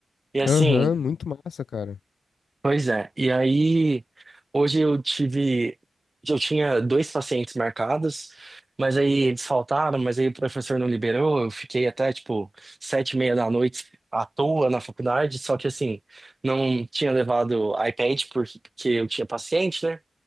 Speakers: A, on the right (about 20°); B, on the left (about 80°).
A: E assim,
B: Aham, muito massa, cara.
A: Pois é. E aí, hoje eu tive. Eu tinha dois pacientes marcados, mas aí eles faltaram, mas aí o professor não liberou. Eu fiquei até, tipo, sete e meia da noite à toa na faculdade. Só que, assim, não tinha levado iPad porque porque eu tinha paciente, né?